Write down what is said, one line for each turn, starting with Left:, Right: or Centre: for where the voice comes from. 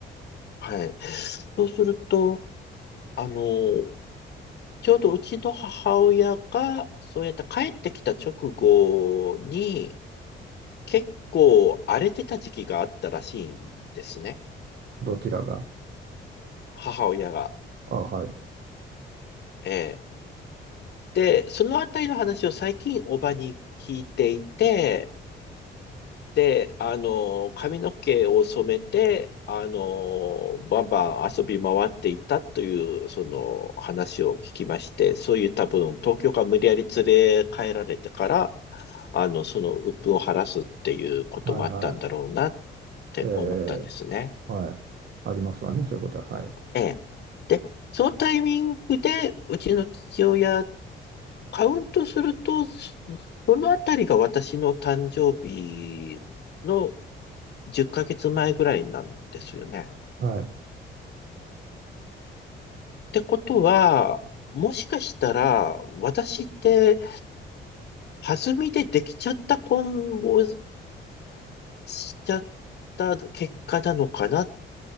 Left: はい。そうすると、あの、ちょうどうちの母親が、そうやって帰ってきた直後に、結構荒れてた時期があったらしいんですね。
Right: どちらが
Left: 母親が。
Right: あはい
Left: ええで、そのあたりの話を最近おばに聞いていて、で、あの、髪の毛を染めて、あの、バンバン遊び回っていたという、その話を聞きまして、そういう多分、東京から無理やり連れ帰られてから、あの、その鬱憤を晴らすっていうこともあったんだろうなっ
Right: はいは
Left: て思ったんですね。
Right: いえーはいありますわねそういうことははい
Left: ええ。で、そのタイミングで、うちの父親、カウントすると、そそのあたりが私の誕生日の10ヶ月前ぐらいなんですよね。
Right: はい
Left: ってことは、もしかしたら、私って、弾みでできちゃった婚をしちゃった結果なのかなっ